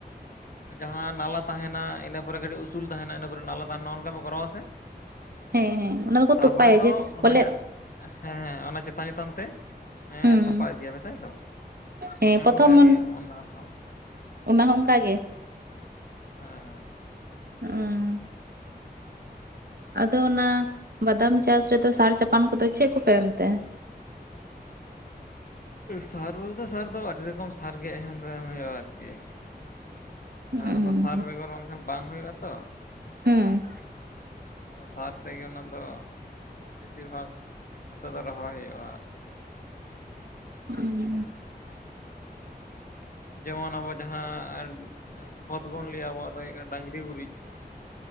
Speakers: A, on the left; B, on the right.
A: ᱡᱟᱦᱟᱸ ᱱᱟᱞᱟ ᱛᱟᱦᱮᱸᱱᱟ ᱤᱱᱟᱹ ᱯᱚᱨᱮ ᱠᱟᱹᱴᱤᱡ ᱩᱥᱩᱞ ᱛᱟᱦᱮᱸᱱᱟ ᱤᱱᱟᱹ ᱯᱚᱨᱮ ᱱᱟᱞᱟ ᱛᱟᱦᱮᱸᱱᱟ ᱚᱱᱠᱟ ᱯᱮ ᱠᱚᱨᱟᱣᱟ ᱥᱮ᱾
B: ᱦᱮᱸ ᱦᱮᱸ ᱚᱱᱟ ᱫᱚᱠᱚ
A: ᱛᱟᱯᱚᱨᱮ
B: ᱛᱚᱯᱟᱭᱟ
A: ᱛᱚ
B: ᱡᱮ
A: ᱚᱱᱟ
B: ᱵᱚᱞᱮ
A: ᱡᱟ ᱦᱮᱸ ᱚᱱᱟ ᱪᱮᱛᱟᱱ ᱪᱮᱛᱟᱱ ᱛᱮ ᱦᱮ
B: ᱦᱩᱸ
A: ᱛᱚᱯᱟ ᱤᱫᱤᱭᱟᱯᱮ ᱛᱟᱭ ᱛᱚ,
B: ᱦᱮᱸ
A: ᱚᱱᱮ
B: ᱯᱨᱚᱛᱷᱚᱢ
A: ᱚᱱᱠᱟ ᱜᱮ ᱚᱱᱟ ᱦᱚᱸ᱾
B: ᱚᱱᱟ ᱦᱚᱸ ᱚᱱᱠᱟ ᱜᱮ᱾
A: ᱦᱮᱸ ᱦᱮᱸ᱾
B: ᱚᱻ᱾ ᱟᱫᱚ ᱚᱱᱟ, ᱵᱟᱫᱟᱢ ᱪᱟᱥ ᱨᱮᱫᱚ ᱥᱟᱨ ᱪᱟᱯᱟᱱ ᱠᱚᱫᱚ ᱪᱮᱫ ᱠᱚᱯᱮ ᱮᱢᱛᱮ?
A: ᱥᱟᱨ ᱵᱚᱞᱛᱮ ᱥᱟᱨ ᱫᱚ ᱟᱹᱰᱤ ᱨᱚᱠᱚᱢ ᱥᱟᱨ ᱜᱮ ᱮᱢ ᱫᱚ ᱮᱢ ᱦᱩᱭᱩᱜ-ᱟ ᱟᱹᱨᱠᱤ᱾
B: ᱦᱩᱸ
A: ᱟᱨ ᱚᱱᱟ ᱫᱚ ᱥᱟᱨ ᱵᱮᱜᱚᱨ ᱵᱟᱝᱠᱷᱟᱱ ᱵᱟᱝ ᱦᱩᱭᱩᱜ-ᱟ ᱛᱚ᱾
B: ᱦᱩᱸ᱾
A: ᱟᱫᱚ ᱥᱟᱨ ᱛᱮᱜᱮ ᱚᱱᱟ ᱫᱚ, ᱵᱮᱥᱤᱨ ᱵᱷᱟᱜᱽ ᱱᱚᱛᱮ ᱫᱚ ᱨᱚᱦᱚᱭ ᱦᱩᱭᱩᱜ-ᱟ᱾
B: ᱦᱩᱸ
A: ᱡᱮᱢᱚᱱ ᱟᱵᱚ ᱡᱟᱦᱟᱸ ᱠᱷᱚᱛ ᱵᱚᱱ ᱞᱟᱹᱭᱟ, ᱟᱵᱚᱣᱟᱜ ᱫᱚ ᱦᱩᱭᱩᱜ ᱠᱟᱱᱟ ᱰᱟᱹᱝᱨᱤ ᱨᱤ ᱜᱩᱨᱤᱡ